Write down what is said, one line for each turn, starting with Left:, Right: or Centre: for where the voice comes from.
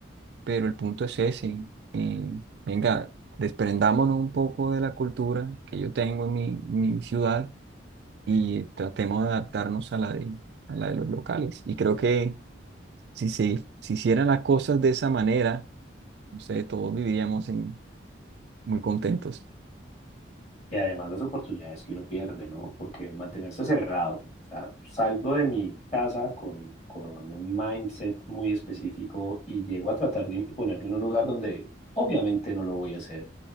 Right: pero el punto es ese, eh, venga, desprendámonos un poco de la cultura que yo tengo en mi, mi ciudad y tratemos de adaptarnos a la de, a la de los locales. Y creo que si se, si hicieran las cosas de esa manera, no sé, todos viviríamos en- muy contentos.
Left: Y además las oportunidades que uno pierde, ¿no? Porque mantenerse cerrado, o sea, salgo de mi casa con, con un mindset muy específico y llego a tratar de imponerlo en un lugar donde obviamente no lo voy a hacer.